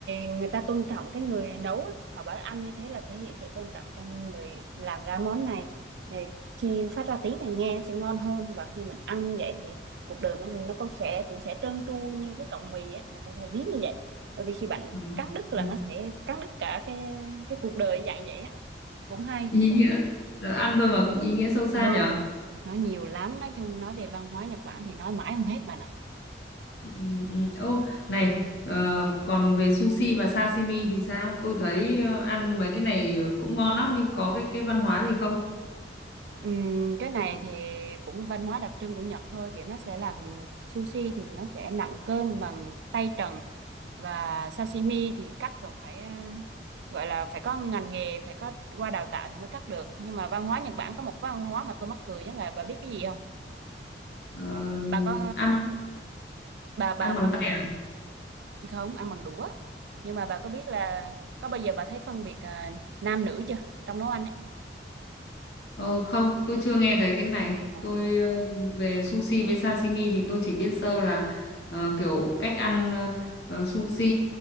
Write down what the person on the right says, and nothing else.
người ta tôn trọng cái người nấu á, họ bảo ăn như thế là thể hiện sự tôn trọng cho người làm ra món này để khi phát ra tiếng này nghe sẽ ngon hơn và khi mình ăn như vậy thì cuộc đời mình nó cũng sẽ cũng sẽ trơn tru như cái cọng mì á người ta sẽ ví như vậy bởi vì khi bạn
cắn đứt là
nó sẽ cắn đứt cả cái cái cuộc đời dạng vậy á cũng hay
ừ
nói nhiều lắm nói chung nói về văn hóa Nhật Bản thì nói mãi không hết bạn ạ.
Ừm, cái này thì cũng văn hóa đặc trưng của Nhật thôi kiểu nó sẽ làm sushi thì nó sẽ nặn cơm bằng tay trần và sashimi thì cắt còn phải ờ, gọi là phải có ngành nghề phải có qua đào tạo thì mới cắt được nhưng mà văn hóa Nhật Bản có một văn hóa mà tôi mắc cười nhất là bà biết cái gì không
bà có
bà bà
bà
không ăn bằng đũa nhưng mà bà có biết là có bao giờ bà thấy phân biệt à, nam nữ chưa trong nấu ăn ấy
Ờ.